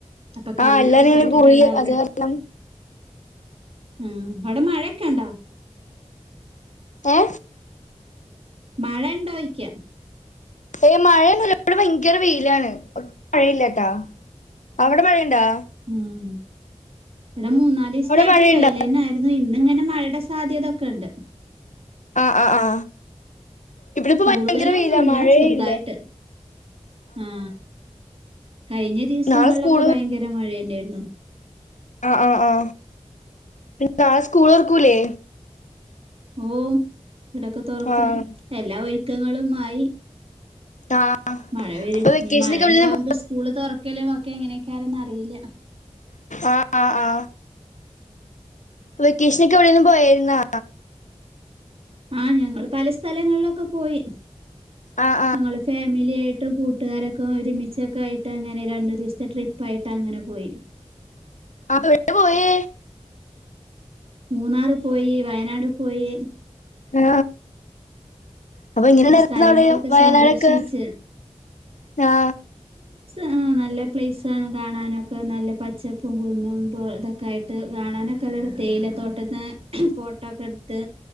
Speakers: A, on the right; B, on the left.
A: അപ്പം കളിയിലൊക്കെ
B: ആ എല്ലാരും ഇങ്ങനെ
A: പെട്ടിട്ട്ണ്ടാവുംലെ
B: കൂടി അത് കാരണം
A: ഉം അവിടെ മഴയൊക്കെ ണ്ടാ
B: ഏ
A: മഴ ഉണ്ടോയ്ക്കാ
B: ഏ മഴയൊന്നുല്ല ഇവടെ ഭയങ്കര വെയിലാണ് ഒട്ടും മഴയില്ലാട്ടാ അവിടെ മഴയ്ണ്ടാ
A: ഉം ഇവിടെ മൂന്നാല് ദിവസായിട്ട്
B: മഴയുണ്ടാ
A: വെയിലെന്നായിരുന്നു ഇ ഇന്ന്ങ്ങനെ മഴടെ സാധ്യതൊക്കെണ്ട്
B: ആ ആ ആ ഇവിടെ ഇപ്പൊ
A: കൂടുതലൊന്നുല്ല
B: ഭയങ്കര വെയിലാ മഴയേ
A: ചെറുതായിട്ട്
B: ഇല്ല
A: ആ കഴിഞ്ഞ ദിവസങ്ങളിലൊക്കെ
B: നാളെ സ്കൂള്
A: ഭയങ്കര മഴയായി <unintelligible> യിരുന്നു
B: ആ ആ ആ പിന്നെ നാളെ സ്കൂള് തൊർക്കൂലേ
A: ഓ ഇവിടൊക്കെ തുറക്കും
B: ആഹ്
A: എല്ലാ ഒരു ക്കങ്ങളുമായി
B: ആഹ്
A: മഴ വരും
B: അപ്പൊ വെക്കേഷനൊക്കെ
A: നി മഴണ്ടാവുമ്പോ
B: എവിടേലും
A: സ്കൂള് തുറക്ക ഒരുക്കലും ഒക്കെ എങ്ങനെക്കാരന്നറിയില്ല
B: ആ ആ ആ വെക്കേഷനൊക്കെ എവിടെലും പോയാരുന്നാ
A: ആ ഞങ്ങള് പല സ്ഥലങ്ങളിലൊക്കെ പോയി
B: ആ ആ
A: ഞങ്ങള് ഫാമിലി ആയിട്ടും കൂട്ടുകാരൊക്കെ ഒരുമിച്ചൊക്കെ ആയിട്ട് അങ്ങനെ രണ്ടു ദിവസത്തെ ട്രിപ്പായിട്ട് അങ്ങനെ പോയി
B: അത് എവിടെയ പോയേ
A: മൂന്നാറ് പോയി വയനാട് പോയി
B: ആ അപ്പൊ എങ്ങനെ
A: അങ്ങനെ
B: <unintelligible>
A: സ്ഥലങ്ങളൊക്കെ
B: അവിടെ വയനാടൊക്കെ
A: സന്ദർശിച്ച്
B: ആ
A: ആ നല്ല പ്ലേസാണ് കാണാനൊക്കെ നല്ല പച്ചപ്പും കുന്നും ഇതൊക്കെ ആയിട്ട് കാണാനൊക്കെ നല്ലതാ തേയില തോട്ടത്തിന്ന് ഫോട്ടോക്കെ ഇടുത്ത്